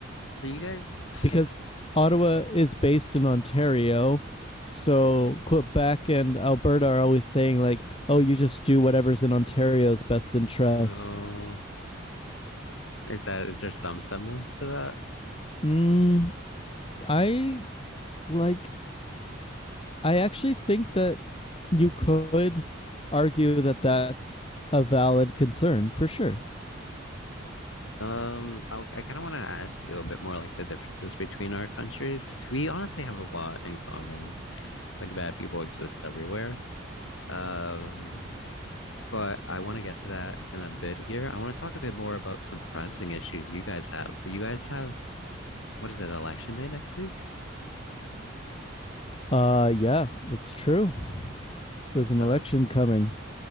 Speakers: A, on the left; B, on the left.
A: So you guys, <sighs>
B: because Ottawa is based in Ontario. So Quebec and Alberta are always saying like, "Oh, you just do whatever's in Ontario's best interest."
A: No. Is that is there some semblance to
B: Mm, I like I actually think that you could argue that that's a valid concern for sure.
A: that? Um, I, I kind of want to ask you a bit more like the differences between our countries because we honestly have a lot in common. Like bad people exist everywhere. Um, But I want to get to that in a bit here. I want to talk a bit more about some pressing issues you guys have. You guys have, what is it, election day next week?
B: Uh yeah, it's true. There's an
A: Uh,
B: election coming.